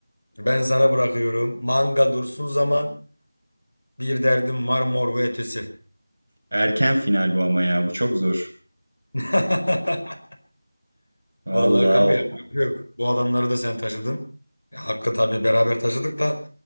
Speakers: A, on the left; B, on the right.
A: Ben sana bırakıyorum. Manga dursun zaman bir derdim var mor ve ötesi.
B: Erken final bu ama ya. Bu çok zor.
A: <laughs>
B: Vallahi
A: Vallahi kanka yapacak
B: o-
A: bir şey yok. Bu adamları da sen taşıdın. Ya, hakkı tabii beraber taşıdık da